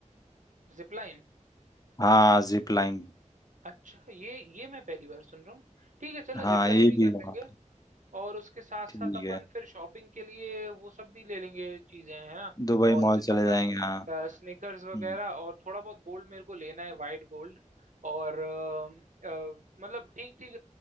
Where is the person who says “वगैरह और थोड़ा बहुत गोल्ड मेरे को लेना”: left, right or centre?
Right